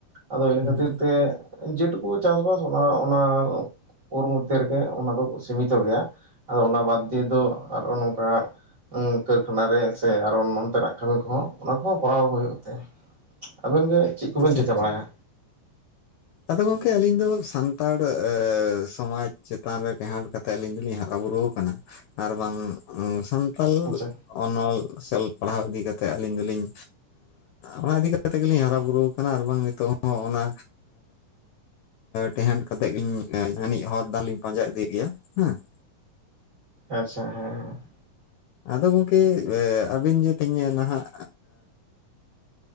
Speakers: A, on the right; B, on the left.
A: ᱟᱫᱚ ᱤᱱᱟᱹ
B: ᱦᱩᱸ
A: ᱠᱷᱟᱹᱛᱤᱨ ᱛᱮ ᱡᱮᱴᱩᱠᱩ ᱪᱟᱥᱵᱟᱥ ᱚᱱᱟ ᱚᱱᱟ ᱳᱨ ᱢᱚᱫᱽᱫᱷᱮ ᱨᱮᱜᱮ ᱚᱱᱟ ᱫᱚ ᱥᱤᱢᱤᱛᱚᱜ ᱜᱮᱭᱟ ᱟᱫᱚ ᱚᱱᱟ ᱵᱟᱫᱽ ᱫᱤᱭᱮ ᱫᱚ ᱟᱨᱦᱚᱸ ᱱᱚᱝᱠᱟ ᱠᱟᱹᱨᱠᱷᱟᱱᱟ ᱨᱮ ᱥᱮ ᱟᱨᱦᱚᱸ ᱱᱚᱱᱛᱮᱱᱟᱜ ᱠᱟᱹᱢᱤ ᱠᱚᱦᱚᱸ ᱚᱱᱟ ᱠᱚᱦᱚᱸ ᱠᱚᱨᱟᱣ ᱦᱳᱭᱳᱜ ᱛᱮ ᱟᱵᱮᱱ ᱜᱮ ᱪᱮᱫ ᱠᱚᱵᱮᱱ
B: ᱟᱪᱪᱷᱟ
A: ᱪᱮᱠᱟᱹ
B: ᱟᱪᱪᱷᱟ
A: ᱵᱟᱲᱟᱭᱟ?
B: ᱟᱫᱚ ᱜᱚᱝᱠᱮ ᱟᱹᱞᱤᱧ ᱫᱚ ᱥᱟᱱᱛᱟᱲ ᱥᱚᱢᱟᱡᱽ ᱪᱮᱛᱟᱱ ᱨᱮ ᱴᱮᱸᱦᱟᱴ ᱠᱟᱛᱮ ᱟᱹᱞᱤᱧ ᱫᱚᱞᱤᱧ ᱦᱟᱨᱟ ᱵᱩᱨᱩ ᱠᱟᱱᱟ᱾ ᱟᱨ ᱵᱟᱝ ᱥᱟᱱᱛᱟᱞ
A: ᱦᱮᱸᱥᱮ
B: ᱚᱱᱚᱞ ᱥᱮ ᱚᱞ ᱯᱟᱲᱦᱟᱣ ᱤᱫᱤ ᱠᱟᱛᱮᱜ ᱟᱞᱤᱧ ᱫᱚᱞᱤᱧ ᱚᱱᱟ ᱤᱫᱤ ᱠᱟᱛᱮ ᱜᱮᱞᱤᱧ ᱦᱟᱨᱟ ᱵᱩᱨᱩ ᱟᱨ ᱵᱟᱝ ᱱᱤᱛᱚᱜ ᱦᱚᱸ ᱚᱱᱟ ᱛᱮᱦᱟᱴ ᱠᱟᱛᱮᱜ ᱜᱤᱧ ᱡᱟᱱᱤᱡ ᱦᱚᱨ ᱫᱟᱨ ᱤᱧ ᱯᱟᱸᱡᱟ ᱤᱫᱤᱭᱮᱜ ᱜᱮᱭᱟ ᱦᱮᱸ ᱾
A: ᱟᱪᱪᱷᱟ ᱦᱮᱸ ᱦᱮᱸ ᱾
B: ᱟᱫᱚ ᱜᱚᱝᱠᱮ ᱟᱹᱵᱤᱱ ᱡᱮ ᱛᱮᱦᱮᱧ ᱱᱟᱦᱟᱜ